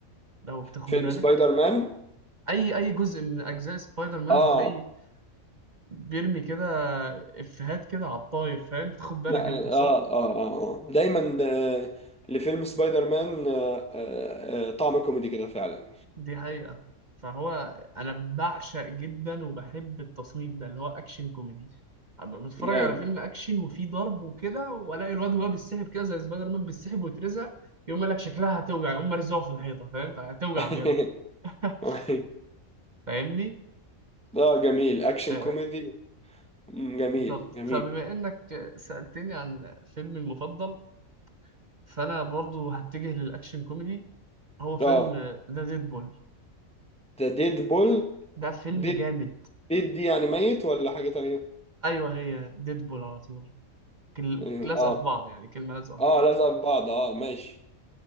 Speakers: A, on the right; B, in the centre.
A: لو بتاخد
B: فيلم
A: بالك
B: سبايدر مان
A: اي اي جزء من اجزاء سبايدر مان
B: اه
A: هتلاقي بيرمي كده افيهات كده على الطاير فاهم بتاخد بالك
B: لا،
A: انت
B: اه
A: صح
B: اه اه, آه. آه. دايما آه، لفيلم سبايدر مان آه، آه، آه، طعم كوميدي كده فعلا
A: دي حقيقة فهو أنا بعشق جدا وبحب التصنيف ده اللي هو أكشن كوميدي أبقى بتفرج
B: جامد
A: على فيلم أكشن وفيه ضرب وكده وألاقي الواد وهو بيتسحب كده زي سبايدر مان بيتسحب ويترزق يقوم قال لك شكلها هتوجع يقوم مرزوع في الحيطة فاهم فهتوجع
B: <laughs>
A: بجد
B: <laughs>
A: <laughs>
B: أيوة.
A: فاهمني؟
B: اه جميل اكشن
A: آه،
B: كوميدي أمم، جميل
A: بالظبط
B: جميل
A: فبما إنك سألتني عن فيلمي المفضل فأنا برضو هتجه للأكشن كوميدي هو فيلم
B: اه
A: ذا ديدبول
B: ده ديد بول
A: ده فيلم
B: ديد
A: جامد
B: ديد دي يعني ميت ولا حاجة تانية
A: أيوه هي ديدبول على طول كل-
B: يعني،
A: لازقه
B: اه
A: في بعض يعني كلمه لازقه في
B: اه
A: بعض
B: لازقة في بعض اه ماشي